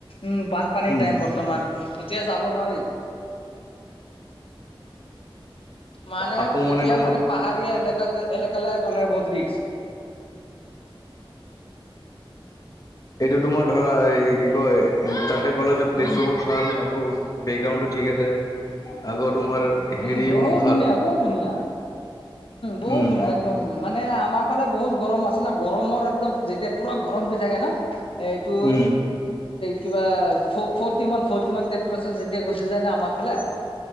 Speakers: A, on the left; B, on the left.
A: উম বানপানীৰ
B: উম
A: টাইম বৰ্তমান এতিয়া যাব নোৱাৰি মানে
B: আকৌ মানে
A: এতিয়া
B: ডম
A: পাহাৰীয়া এলেকাত এলেকালৈ গ'লে বহুত ৰিক্স
B: এইটো তোমাৰ ধৰা এই কি কয় তাতে গ'লে যে প্লেচটো বহুত ভাল আকৌ বেকগ্ৰাউণ্ডটো ঠিক আছে আগৰ তোমাৰ হেৰিবোৰ
A: উম বহুত
B: ভাল
A: ধুনীয়া বহুত ধুনীয়া বহুত
B: উম
A: ধুনীয়া একদম মানে আমাৰ ফালে বহুত গৰম না গৰমৰ একদম যেতিয়া পুৰা গৰমটো থাকে না এইটোৰ
B: উম
A: কিবা ফৰটি মান ফৰটি মান টেম্পচাৰ যেতিয়া গুচি যায় ন আমাৰ ফালে